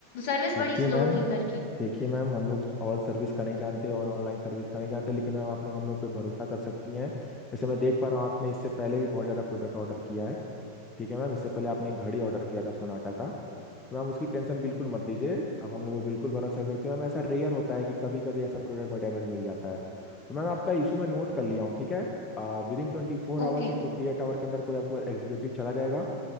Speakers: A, on the left (about 45°); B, on the left (about 20°).
A: सर्विस
B: देखिए
A: बड़ी स्लो
B: मैम
A: थी उधर की
B: देखिए मैम हम लोग और सर्विस का नहीं जानते और ऑनलाइन सर्विस का नहीं जानते लेकिन मैम आप लोग हम लोग पे भरोसा कर सकती हैं जैसे मैं देख पा रहा हूँ आपने इससे पहले भी बहुत ज़्यादा प्रोडक्ट ऑर्डर किया है ठीक है मैम इससे पहले आपने एक घड़ी ऑर्डर किया था सोनाटा का तो मैम उसकी टेंशन बिल्कुल मत लीजिए अब हम लोग पे बिल्कुल भरोसा कर सकते हैं मैम ऐसा रेयर होता है कि कभी कभी ऐसा प्रोडक्ट में डैमेज मिल जाता है तो मैम आपका इशू मैं नोट कर लिया
A: जी
B: हूँ ठीक है विद इन ट्वेंटी फोर आवर
A: ओके
B: से फोर्टी एट आवर के अंदर कोई आपके पास एग्जीक्यूटिव चला जाएगा